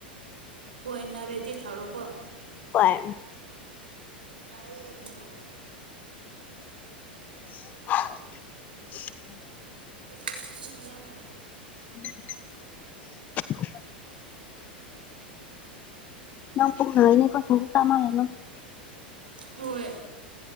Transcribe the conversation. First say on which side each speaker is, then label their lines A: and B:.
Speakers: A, on the right (about 70°); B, on the left (about 30°).
A: ꯍꯣꯏ ꯅꯥꯔꯗꯤ ꯊꯥꯔꯣꯀꯣ
B: ꯍꯣꯏ
A: <unintelligible>
B: <inaudible>
A: ꯑꯩ ꯃꯌꯥꯡ ꯂꯛ
B: <unintelligible> ꯅꯪ ꯄꯨꯨꯛ ꯅ <unintelligible>
A: ꯍꯣꯏ